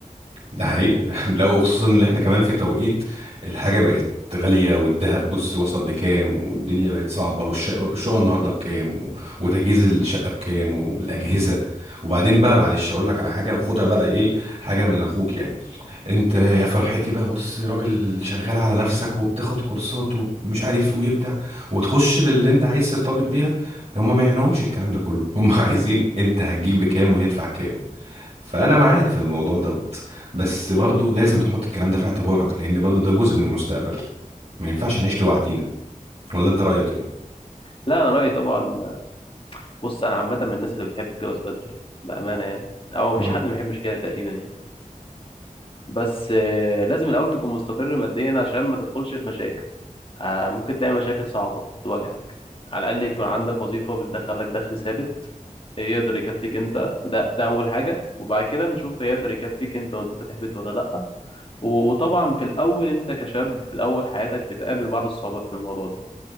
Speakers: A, on the right; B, on the left.
A: ده حقيقة <laughs> لو خصوصا ان احنا كمان في توقيت الحاجة بقت غالية والذهب بص وصل لكام والدنيا بقت صعبة والشقة الشقة النهاردة بكام و... وتجهيز الشقة بكام والأجهزة وبعدين بقى معلش أقول لك على حاجة وخدها بقى ايه حاجة من أخوك يعني انت يا فرحتي بقى بص راجل شغال على نفسك وبتاخد كورسات ومش عارف وايه بتاع وتخش للي انت عايز ترتبط بيها هم ما يعنيهمش الكلام ده كله هم <laughs> عايزين انت هتجيب بكام وتدفع كام فانا معاك في الموضوع دوت بس برضو لازم تحط الكلام ده في اعتبارك لان برضو ده جزء من المستقبل ما ينفعش نعيش لوحدينا ولا انت رايك ايه
B: لا انا رايي طبعا بص انا عامه من الناس اللي بتحب تتجوز بدري بامانه يعني او مفيش
A: <laughs>
B: حد ما بيحبش كده تقريبا يعني بس آه، لازم الاول تكون مستقر ماديا عشان ما تدخلش في مشاكل آه، ممكن تلاقي مشاكل صعبه تواجهك على الاقل يكون عندك وظيفه بتدخلك دخل ثابت يقدر يكفيك انت ده ده اول حاجه وبعد كده نشوف هيقدر يكفيك انت وانت فاتح بيت ولا لا و- وطبعا في الاول انت كشاب في الاول حياتك بتقابل بعض الصعوبات في الموضوع ده